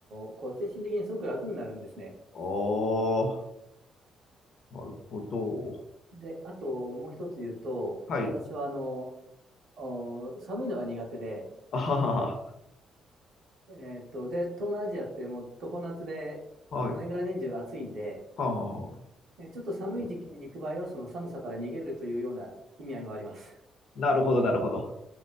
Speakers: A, on the right; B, on the left.
A: ーこう精神的にすごく楽になるんですね。
B: なるほど。
A: で、あともう一つ言うと、
B: はい。
A: 私はあのお寒いのが苦手で、
B: あはは
A: えーっと、で、東南アジアってもう常夏で、
B: は、はい。
A: もう年がら年中暑いんで、
B: はあはあ、
A: でちょっと寒い時期に行く場合は、その寒さから逃げるというような意味合いもあります。
B: なるほど、なるほど。